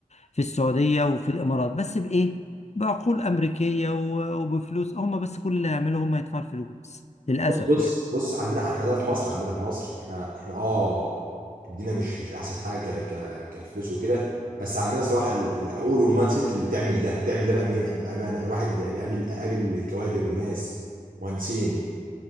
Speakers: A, on the left; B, on the right.
A: في السعوديه وفي الامارات بس بايه؟ بعقول امريكيه و... وبفلوس هم بس كل اللي هيعملوا هم يدفعوا الفلوس للاسف
B: بص بص
A: يعني
B: بص عندنا احنا ده في مصر عندنا في مصر احنا احنا اه الدنيا مش مش احسن حاجه ك ك كفلوس وكده بس عندنا صراحه ال- العقول والمايند سيت اللي تعمل ده تعمل ده بامانه بامانه الواحد قابل قابل كوادر وناس مهندسين